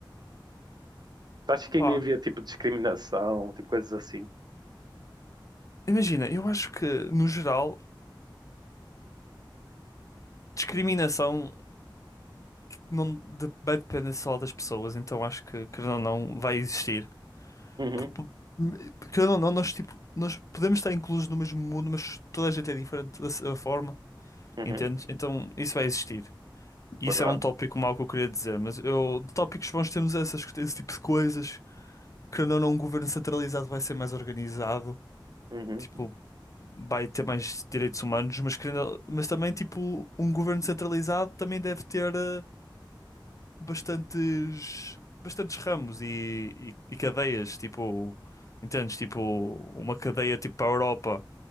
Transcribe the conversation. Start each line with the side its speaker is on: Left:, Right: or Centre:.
Right: Tu achas que
Left: Pá,
Right: ainda havia tipo discriminação, tipo coisas assim?
Left: imagina, eu acho que, no geral, discriminação não de- vai depender só das pessoas, então acho que, querendo ou não, vai existir.
Right: Uhum,
Left: P- p- Querendo ou não, nós, tipo, nós podemos estar inclusos no mesmo mundo, mas toda a gente é diferente da sua forma,
Right: uhum,
Left: entendes? Então isso vai existir. E
Right: verdade.
Left: isso era um tópico mau que eu queria dizer, mas eu, de tópicos bons temos essas, esse tipo de coisas. Querendo ou não, um governo centralizado vai ser mais organizado.
Right: Uhum.
Left: tipo, vai ter mais direitos humanos, mas, querendo, mas também, tipo, um governo centralizado também deve ter eh, bastantes, bastantes ramos e, e, e cadeias, tipo, entendes? Tipo, uma cadeia, tipo, para a Europa.